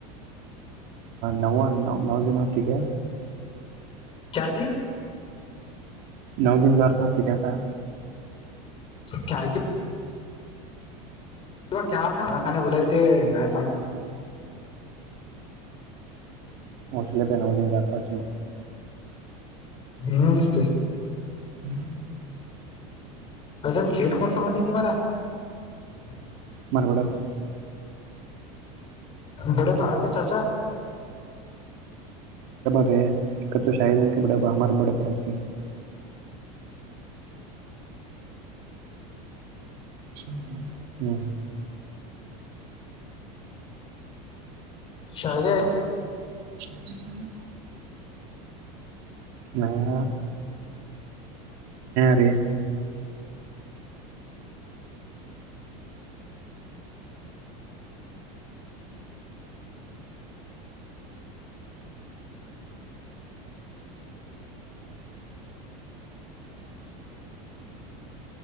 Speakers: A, on the right; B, on the left.
A: ನ ನವಜನ ಹತಿಿಗೆ
B: ಚಾತಿ
A: ನೌದಿನ ಜಖತಿಗಾಗ
B: ಕ ಕ ಇ ಕತ ಮಖೆ ಬಲ ಗತ
A: ಮೋಷಲ್ಲ ಬೆನೌದ ಜ ಆತಚೆ
B: ಹ್ಮ್ ನಷ್ಟೇ
A: ಹ್ಮ
B: <unintelligible>
A: ಮರಗಡ ಹಬ್ಬ
B: ಬಡೆ ಭಾಗ ಚಾಚಾ
A: <unintelligible> ಹ್ಮ
B: ಶದೇ
A: <inaudible> ನ ಅ ರ